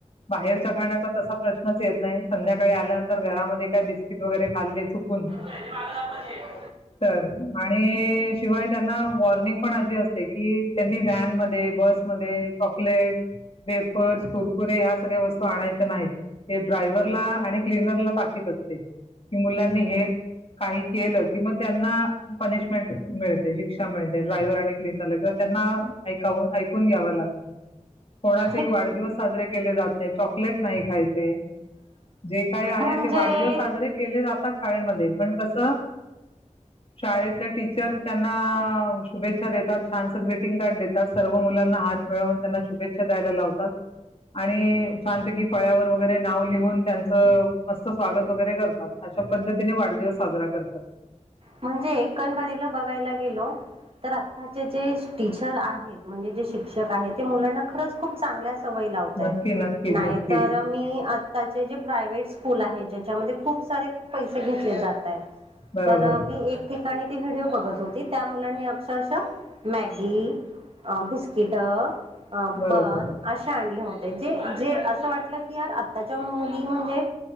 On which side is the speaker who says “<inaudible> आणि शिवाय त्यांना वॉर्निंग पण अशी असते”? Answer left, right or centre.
Left